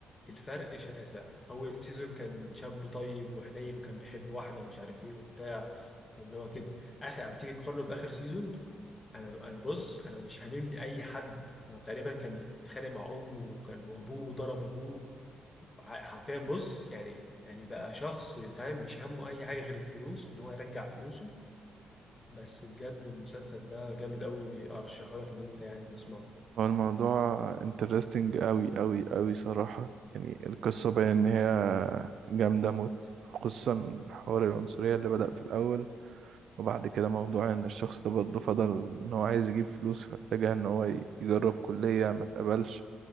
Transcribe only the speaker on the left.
الفرق شاسع اول سيزون كان شاب طيب وحنين وكان بيحب واحده ومش عارف ايه وبتاع واللي هو كده اخر هتيجي تقارنه باخر سيزون انا انا بص انا مش هاممني اي حد أنا تقريبا كان بيتخانق مع امه وكان وابوه وضرب ابوه وع- حرفيا بص يعني يعني بقى شخص فاهم مش همه اي حاجه غير الفلوس وان هو يرجع فلوسه بس بجد المسلسل ده جامد قوي ارشحه لك ان انت يعني تسمعه